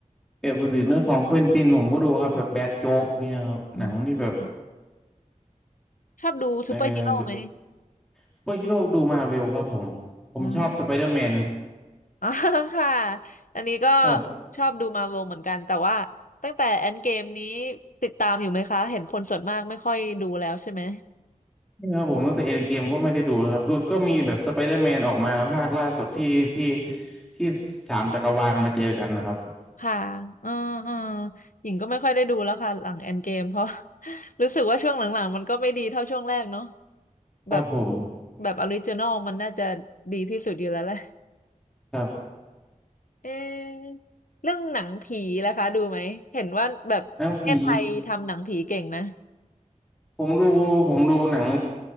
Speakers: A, in the centre; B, on the left (about 80°).
A: แบบหรือเนื้อของเควินตินผมก็ดูครับแบบแบดโจ๊กเงี้ยครับหนังที่แบบ
B: อืมชอบดูซูเปอร์ฮีโร่ไหม
A: เออดูซูเปอร์ฮีโร่ดูมาเวลครับผมผมชอบสไปเดอร์แมน
B: อืม <laughs> อ๋อ <laughs> ค่ะอันนี้ก็
A: ครับ
B: ชอบดูมาร์วเหมือนกันแต่ว่าตั้งแต่แอนเกมนี้ติดตามอยู่ไหมคะเห็นคนส่วนมากไม่ค่อยดูแล้วใช่ไหม
A: นี่ครับผมตั้งแต่เอ็นเกมก็ไม่ได้ดูนะครับดูก็มีแบบสไปเดอร์แมนออกมาภาคล่าสุดที่ที่ที่สามจักรวาลมาเจอกันนะครับ
B: ค่ะอืออือหญิงก็ไม่ค่อยได้ดูแล้วค่ะหลังแอนเกมเพราะ <laughs> รู้สึกว่าช่วงหลังๆมันก็ไม่ดีเท่าช่วงแรกเนาะ
A: ครับผม
B: แบบแบบออริจินอลมันน่าจะดีที่สุดอยู่แล้วแหละ
A: ครับ
B: เอะเรื่องหนังผีนะคะดูไหมเห็นว่าแบบประเทศไทยทำหนังผีเก่งนะ
A: หนังผีผมดูผมดูหนัง